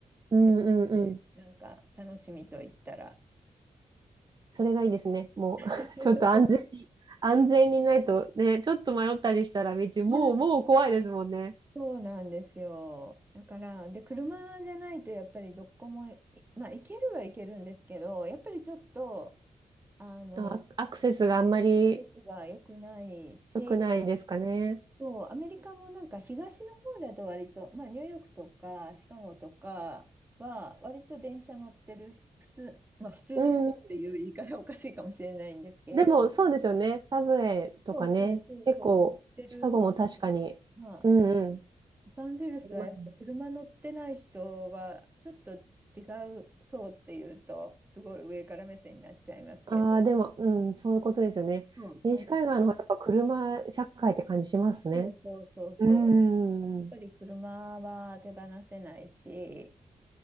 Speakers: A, on the right (about 40°); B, on the right (about 15°).
A: うんうんうん。
B: ですかね。なんか、楽しみと言ったら。
A: それがいいですね。もう、<laughs>
B: <laughs>
A: ちょっと安全に、安全にないとね、ちょっと迷ったりしたら道、
B: はい。
A: もう、もう怖いですもんね。
B: そうなんですよ。だから、で、車じゃないとやっぱりどこもい、まあ、行けるは行けるんですけど、やっぱりちょっと、あの、
A: あアクセスがあんまり
B: アクセスが良くないし、
A: 良くないですかね。
B: そう、アメリカもなんか東の方だと割と、まあニューヨークとかシカゴとかは割と電車乗ってるし、普通、まあ普通の人っていう言い方おかしいかもしれないんですけれど、
A: うん。でも、そうですよね。サブウェイとかね。
B: そうそうそうそう、
A: 結構、
B: 乗ってるけど。
A: シカゴも確かに。
B: まあ、
A: うんうん。
B: ロサンゼルスはやっぱ車乗ってない人はちょっと違う層っていうと、
A: ありますね。
B: すごい上から目線になっちゃいますけど、
A: ああ、でも、うん、そういうことですよね。
B: そう、そんな感じ。
A: 西海岸の方がやっぱ車社会って感じしますね。
B: そうそうそうそう。
A: うー
B: やっぱり車は手放せないし、
A: ん。